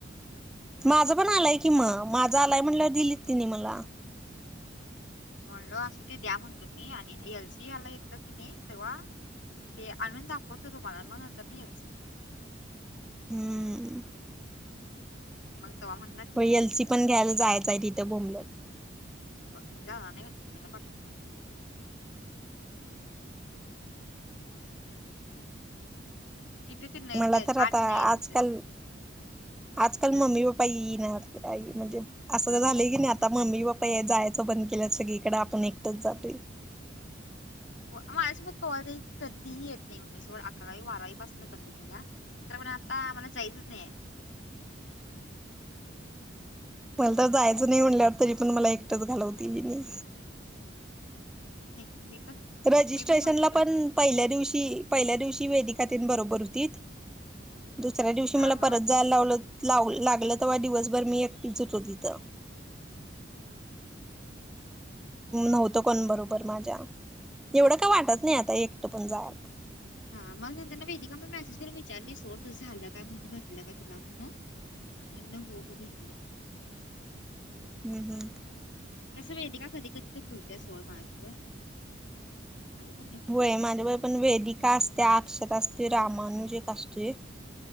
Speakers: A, in the centre; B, on the left.
A: माझं पण आलंय की म माझं आलाय म्हटल्यावर दिलीत तिनी मला
B: म्हणलो असू ते द्या म्हणलो मी आणि एलसी आला येतं की नायी तव्हा ते आणुन दाखवतो तुम्हाला मग नंतरन येईलच
A: हम्म
B: मग तवा म्हणलं
A: हो एलसी पण घ्यायला पण जायचाय तिथं बोंबलत
B: पज्या <unintelligible> आणि मम्मी पाठव किती ते नाही
A: मला
B: ते
A: तर आता
B: आठ नाही आहे
A: आजकाल
B: तिथं की
A: आजकाल मम्मी पप्पा येई नात म् <unintelligible> हणजे असं झालंय की नाय आता मम्मी पप्पा जायाचं बंद केलं सगळीकडं आपण एकटंच जातोय
B: हो माझ्यासोबत कॉल कधीही येत नाही मम्मी सोबत अकरावी बारावी पासनं पाहते मी तिला तर पण आता आम्हाला जायचंच नाहीय
A: मला तर जायचं नाही म्हटल्यावर तरी पण मला एकटंच घालवती कि नाही
B: नाही मी पण
A: रजिस्ट्रेशनला
B: मी पण म्हणलेलो
A: पण पहिल्या दिवशी पहिल्या दिवशी वेदीका तीन बरोबर होतीत दुसऱ्या दिवशी
B: हा
A: मला
B: हा
A: परत जायला लावलं लाव लागलं तेव्हा दिवसभर मी एकटीच होतो तिथं नव्हतं कोण बरोबर माझ्या एवढं काय वाटत नाही आता एकटं पण जायला
B: हा मग नंतर ना वेदिका मला मेसेज करून विचारली सोर तुझं झालं काय म्हणून म्हटलं का तुला म्हणून
A: ह
B: म्हणण हो हो भेटलं
A: हम्म
B: तसं वेते का कधी कधी तर बुोलतय सोड माझ्यासोबत आणि कोण बोलत
A: वय माझ्या व पण वेदिका असते अक्षर असते रामानुजिक असते